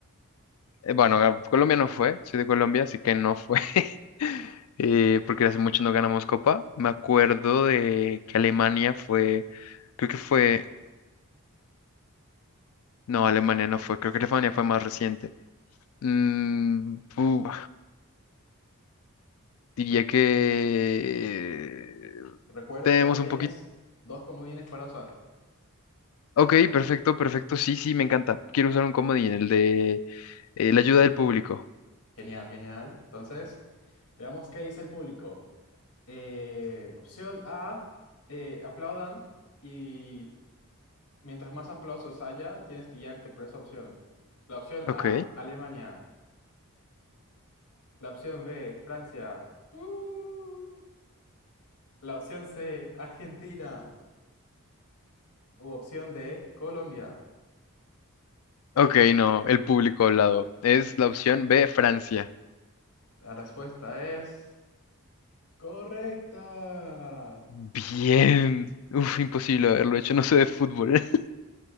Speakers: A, on the left (about 65°); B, on the left (about 90°).
A: Eh, Bueno, a Colombia no fue, soy de Colombia, así que no fue, <laughs> eh, porque hace mucho no ganamos copa. Me acuerdo de que Alemania fue, creo que fue, no, Alemania no fue, creo que Alemania fue más reciente. Mm, uf, diría que
B: Recuerda
A: tenemos
B: que aún tienes
A: un poquito...
B: dos comodines para usar.
A: Ok, perfecto, perfecto, sí, sí, me encanta. Quiero usar un comodín, el de eh, la ayuda del público.
B: Genial, genial. Entonces, veamos qué dice el público. Eh, opción A, eh, aplaudan y mientras más aplausos haya, tienes que guiarte por esa opción. La opción
A: Ok,
B: A, Alemania. La opción B, Francia. ¡Uh! La opción C, Argentina. U opción D, Colombia.
A: ok, no, el público hablado. Es la opción B, Francia.
B: La respuesta es correcta.
A: Bien. Uf, imposible haberlo hecho. No sé de fútbol. <laughs>